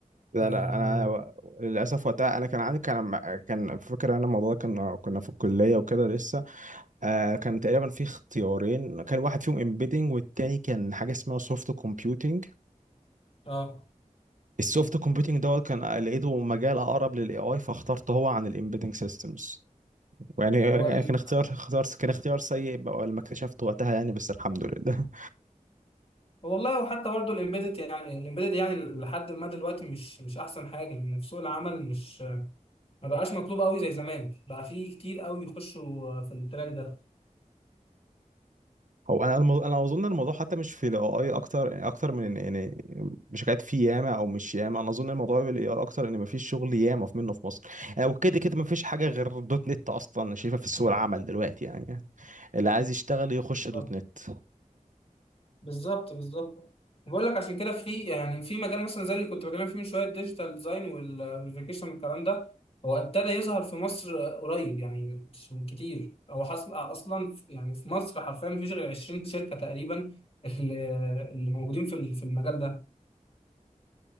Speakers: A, on the right; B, on the left.
A: لا
B: اه
A: لا انا و- للاسف وقتها انا كان عندي كان كان فكره انا الموضوع ده كنا كنا في الكليه وكده لسه آه كان تقريبا في اختيارين كان واحد فيهم امبيدنج والتاني كان حاجه اسمها سوفت كومبيوتينج
B: اه
A: السوفت كومبيوتينج دوت كان لقيته مجال اقرب للاي اي فاخترته هو عن الامبيدنج سيستمز يعني آه،
B: هو ال...
A: كان اختيار اختيار كان اختيار سيء بقى لما اكتشفته وقتها يعني بس الحمد لله
B: هو والله وحتى برضو الامبيدد يعني الامبيدد يعني لحد ما دلوقتي مش مش احسن حاجه ان في سوق العمل مش ما بقاش مطلوب قوي زي زمان بقى في كتير قوي بيخشوا في التراك ده
A: هو انا المو... انا اظن الموضوع حتى مش في الاي اي اكتر يعني اكتر من إن- يعني مش حكايه في ياما او مش ياما انا اظن الموضوع في الاي اي اكتر ان مفيش شغل ياما في منه في مصر يعني وكده كده مفيش حاجه غير دوت نت اصلا شايفها في سوق العمل دلوقتي يعني اللي عايز يشتغل يخش دوت
B: آه.
A: نت
B: بالظبط بالظبط بقول لك عشان كده في يعني في مجال مثلا زي اللي كنت بكلم فيه من شويه الديجيتال ديزاين والفيكيشن والكلام ده هو ابتدى يظهر في مصر قريب يعني مش من كتير هو حصل اصلا في- يعني في مصر حرفيا مفيش غير 20 شركه تقريبا اللي اللي موجودين في ال- في المجال ده